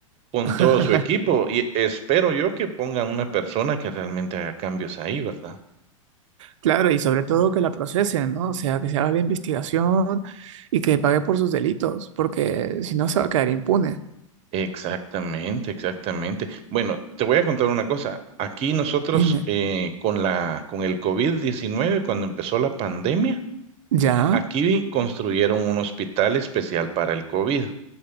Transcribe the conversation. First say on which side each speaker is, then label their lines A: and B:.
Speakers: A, on the right; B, on the right.
A: con
B: <laughs>
A: todo su equipo y espero yo que pongan una persona que realmente haga cambios ahí, ¿verdad?
B: claro, y sobre todo que la procesen, ¿no? O sea, que se haga la investigación y que pague por sus delitos, porque si no se va a quedar impune.
A: Exactamente, exactamente. Bueno, te voy a contar una cosa. Aquí nosotros
B: Dime,
A: eh, con la, con el COVID-19, cuando empezó la pandemia,
B: ¿ya?
A: Aquí construyeron un hospital especial para el COVID.